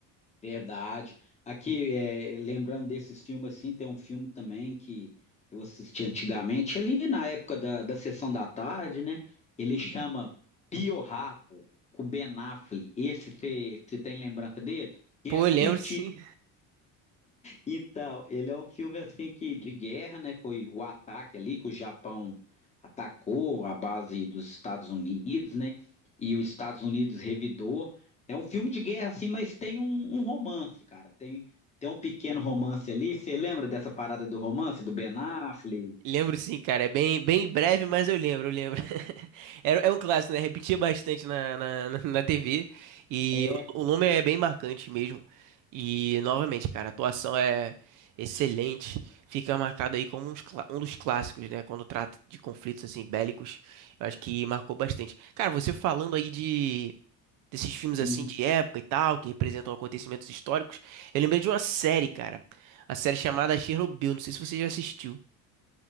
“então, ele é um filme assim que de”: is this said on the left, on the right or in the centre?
Left